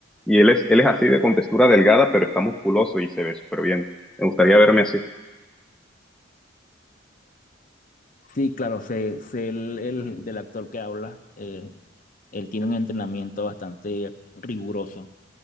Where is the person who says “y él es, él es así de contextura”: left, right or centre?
Centre